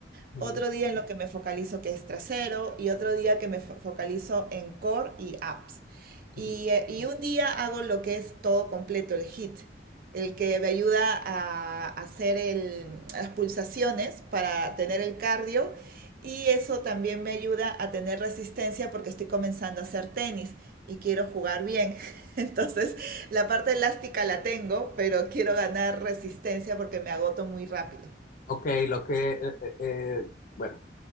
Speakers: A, on the left; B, on the right.
A: mm,
B: otro día en lo que me focalizo que es trasero y otro día que me fo- focalizo en core y apps. Y,
A: ujú.
B: eh, y un día hago lo que es todo completo, el hit el que me ayuda a hacer el- las pulsaciones para tener el cardio y eso también me ayuda a tener resistencia porque estoy comenzando a hacer tenis y quiero jugar bien. <laughs> Entonces, la parte elástica la tengo, pero quiero ganar resistencia porque me agoto muy rápido.
A: Ok, lo que, eh, eh, eh, bueno.